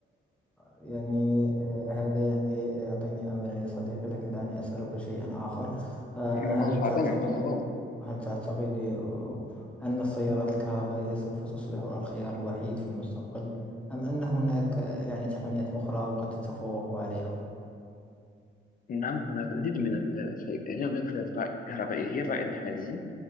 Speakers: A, in the centre; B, on the left.
A: يعني آه، هذا يعني يعطيني أملا يا صديقي لكن دعني أسألك شيئا آخر فهل
B: مرحبا
A: تعتقد
B: مرحبا
A: هل تعتقد آه، أن السيارات الكهربائية سوف تصبح الخيار الوحيد في المستقبل أم أن هناك يعني تقنيات أخرى قد تتفوق عليها؟
B: نعم هناك العديد من الفي... هناك فئات كهربائية رائدة حاليا